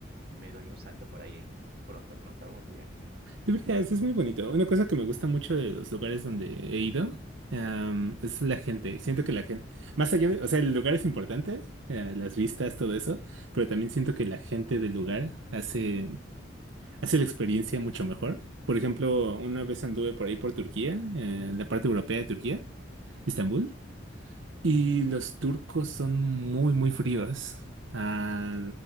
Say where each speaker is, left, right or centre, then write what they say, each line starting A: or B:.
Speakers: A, on the right; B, on the right.
A: me doy un salto por ahí pronto, pronto, algún día.
B: Deberías, es muy bonito. Una cosa que me gusta mucho de los lugares donde he ido, am, es la gente. Siento que la gente, más allá de, o sea, el lugar es importante, eh, las vistas, todo eso, pero también siento que la gente del lugar hace, hace la experiencia mucho mejor. Por ejemplo, una vez anduve por ahí por Turquía, eh, la parte europea de Turquía, Estambul. Y
A: Ujú.
B: los turcos son muy, muy fríos. Ah,